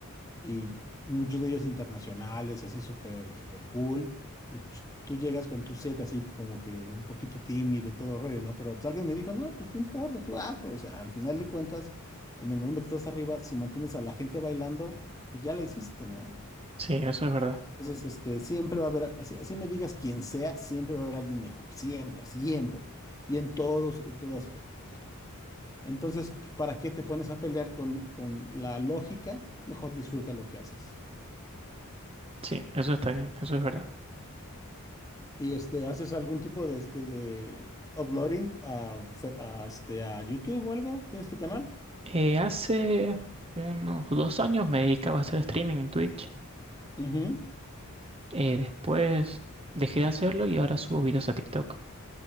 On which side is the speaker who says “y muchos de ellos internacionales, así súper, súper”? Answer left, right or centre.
Left